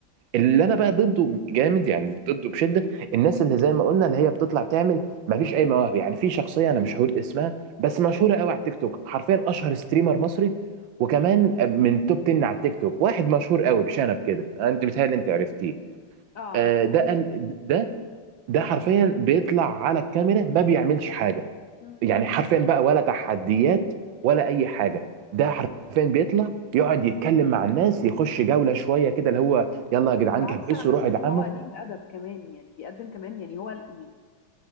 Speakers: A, on the right; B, on the left.
A: اللي انا بقى ضده جامد يعني ضده بشده الناس اللي زي ما قلنا اللي هي بتطلع تعمل مفيش اي مواهب يعني في شخصيه انا مش هقول اسمها بس مشهوره قوي على التيك توك حرفيا اشهر ستريمر مصري وكمان من توب 10 على التيك توك واحد مشهور قوي بشنب كده آه، انت بتهيألي انت عرفتيه
B: اعرف
A: آه، ده قال- ده ده حرفيا بيطلع على الكاميرا ما بيعملش حاجه
B: مم.
A: يعني حرفيا بقى ولا تحديات ولا اي حاجه ده حرفيا بيطلع يقعد يتكلم مع الناس يخش جوله شويه كده اللي هو يلا يا جدعان
B: بالعكس
A: كبسوا
B: انا بشوف
A: روحوا ادعموا
B: ان هو قليل الادب كمان يعني بيقدم كمان يعني هو ال- ال-